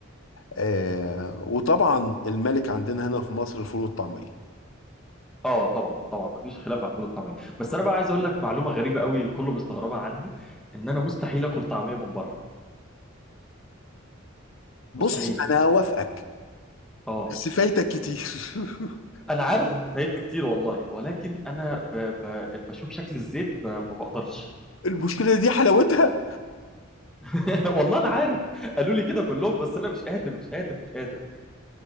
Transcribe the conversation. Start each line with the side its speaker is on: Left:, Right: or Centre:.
Left: آه وطبعا الملك عندنا هنا في مصر الفول والطعمية
Centre: اه طبعا طبعا ما فيش خلاف على الفول والطعميه بس
Left: آه.
Centre: انا بقى عايز اقول لك معلومه غريبه قوي كله بيستغربها عني ان انا مستحيل اكل طعميه من بره
Left: بص
Centre: مستحيل
Left: انا هوافقك
Centre: مستحيل اه
Left: بس فايتك كتير <laughs>
Centre: انا عارف ان فايتني كتير والله ولكن انا ب... ب... بشوف شكل الزيت ب... ما بقدرش
Left: المشكلة دي حلاوتها
Centre: <laughs> والله انا عارف قالوا لي كده كلهم بس انا مش قادر مش قادر مش قادر